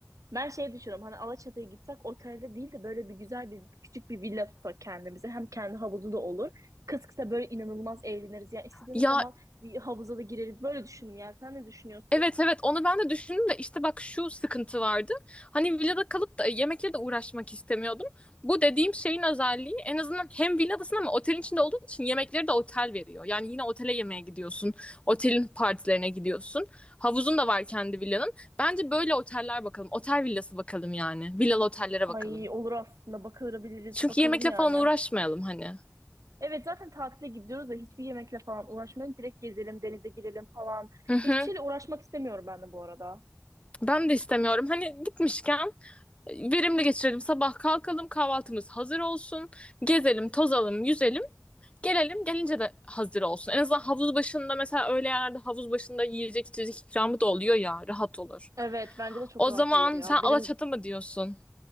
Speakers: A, on the right; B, on the left.
A: ben şey düşünüyorum. Hani Alaçatı'ya gitsek otelde değil de böyle bir güzel bir küçük bir villa tutsak kendimize. Hem kendi havuzu da olur. Kız kısa böyle inanılmaz eğleniriz. Yani istediğimiz
B: Ya
A: zaman bir havuza da gireriz. Böyle düşündüm yani. Sen ne düşünüyorsun?
B: Evet evet onu ben de düşündüm de işte bak şu sıkıntı vardı. Hani villada kalıp da yemekle de uğraşmak istemiyordum. Bu dediğim şeyin özelliği en azından hem villadasın ama otelin içinde olduğun için yemekleri de otel veriyor. Yani yine otele yemeğe gidiyorsun. Otelin partilerine gidiyorsun. Havuzun da var kendi villanın. Bence böyle oteller bakalım. Otel villası bakalım yani. Villalı otellere
A: Ay
B: bakalım.
A: olur aslında. Bakılabiliriz.
B: Çünkü
A: Bakalım
B: yemekle
A: yani.
B: falan uğraşmayalım hani.
A: Evet zaten tatile gidiyoruz da hiçbir yemekle falan uğraşmayalım. Direkt gezelim, denize girelim falan.
B: Hı hı.
A: Hiçbir şeyle uğraşmak istemiyorum ben de bu arada.
B: Ben de istemiyorum. Hani gitmişken Verimli geçirelim. Sabah kalkalım, kahvaltımız hazır olsun. Gezelim, tozalım, yüzelim. Gelelim, gelince de hazır olsun. En azından havuz başında mesela öyle yerlerde havuz başında yiyecek içecek ikramı da oluyor ya. Rahat olur.
A: Evet bence de çok
B: O
A: rahat
B: zaman
A: olur ya.
B: sen Alaçatı
A: Benim
B: mı diyorsun?